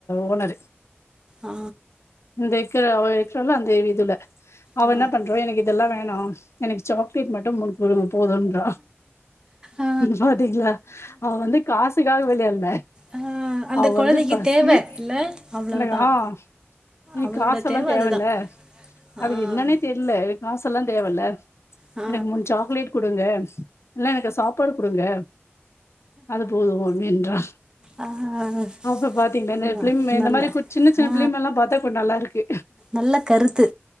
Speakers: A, on the left (about 80°); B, on the right (about 20°).
A: ஓனர்ரு
B: ஆ
A: இந்த இக்கர அவ இருக்குரால அந்த இவ் இதுல அவ
B: ஆ
A: என்ன பண்றா எனக்கு இதெல்லா வெ ஹலோ எனக்கு சாக்லேட் மட்டு முனு குடுங்க போதொன்ற
B: ஆ
A: பாத்தீங்களா அவ வந்து காசுக்காக வெளையாட்ல
B: ஆ அந்த
A: அவ
B: கொழந்தைக்கு
A: வந்து பசி
B: தேவ இல்ல அவ்வளவுதா
A: அதமாரி ஆ எனக்கு
B: அவளோட
A: காசெல்லா
B: தேவ
A: தேவயில்ல
B: அதுதா
A: அது
B: ஆ
A: என்னன்னே தெரில எனக்கு காசு ல்லா தேவல்ல
B: ஆ
A: எனக்கு மூணு சாக்லேட் கொடுங்க இல்ல எனக்கு சாப்பாடு குடுங்க அது போது அப்டின்றா
B: ஆ ஆ ஆ
A: அப்ப பாத்தீங்கன்ன என்ன எப்பலிமே இந்த
B: நல்ல
A: மாரி கு சின்ன சின்ன
B: ஆ
A: பிள்ளைங்களலா பத்தா பொ நல்லா இருக்கு
B: நல்ல கருத்து